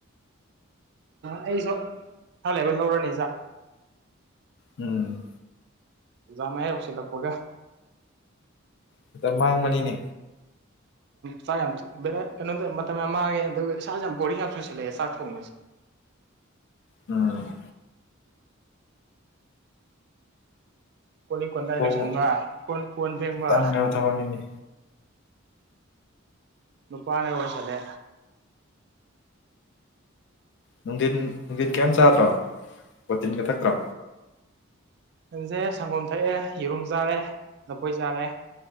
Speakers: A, on the right; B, on the left.
A: ꯑꯩꯁꯨ ꯈꯔ ꯂꯧꯔꯅꯤꯖꯥꯛ꯫
B: ꯎꯝ꯫
A: ꯖꯥꯝ ꯌꯥ ꯎꯁꯤꯂꯥꯛꯄꯒ
B: ꯃꯇꯝ ꯃꯥꯡꯕꯅꯤꯅꯦ꯫
A: ꯆꯥꯛ ꯌꯥꯝꯕ ꯀꯩꯅꯣꯝꯗ ꯃꯇꯝ ꯌꯥꯝ ꯃꯥꯡꯉꯦ ꯑꯗꯨꯒ ꯏꯁꯥꯁꯦ ꯌꯥꯝ ꯕꯣꯔꯤꯡ ꯌꯥꯝ ꯆꯨꯁꯤꯜꯂꯛꯑꯦ ꯆꯥꯛ ꯊꯣꯡꯕꯁꯦ꯫
B: ꯎꯝ
A: ꯀꯣꯅꯤ ꯀꯣꯟ ꯇ ꯏꯗ
B: ꯊꯣꯡꯕ
A: ꯁꯟꯕ ꯀꯣꯟ ꯀꯣꯟ ꯐꯦꯡꯕ
B: ꯇꯟꯈ꯭ꯔꯕ ꯊꯕꯛꯅꯤꯅꯦ
A: ꯎꯝꯄꯥꯅꯀꯁꯂꯦ
B: ꯅꯨꯡꯊꯤꯟ ꯅꯨꯡꯊꯤꯟ ꯀꯩꯝ ꯆꯥꯗ꯭ꯔꯣ ꯄꯣꯇꯤꯟꯒ ꯊꯛꯇ꯭ꯔꯣ
A: ꯈꯟꯁꯦ ꯁꯪꯒꯣꯝ ꯊꯛꯑꯦ ꯌꯦꯔꯨꯝ ꯆꯥꯔꯦ ꯂꯐꯣꯏ ꯆꯥꯔꯦ